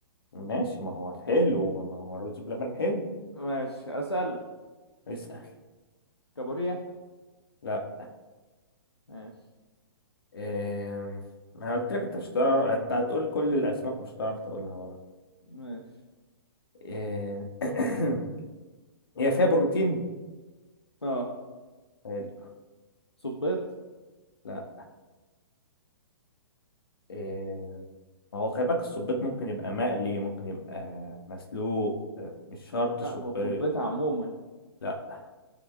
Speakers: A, on the left; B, on the left.
A: ماشي ما هو حلو ما هو رز بلبن حلو
B: ماشي اسال
A: اسأل
B: كابوريا
A: لا
B: ماشي
A: آه انا قلت لك انت مش هتعرف انت هتقول كل الاسماك ومش هتعرف تقولها بقى
B: ماشي
A: آه <clears throat> هي فيها بروتين
B: اه
A: حلو.
B: صبيط
A: لا آه، ما هو خلي بالك الصبيط ممكن يبقى مقلي ممكن يبقى مسلوق آه، مش شرط
B: لا
A: صبيط
B: هو صبيت عموما
A: لا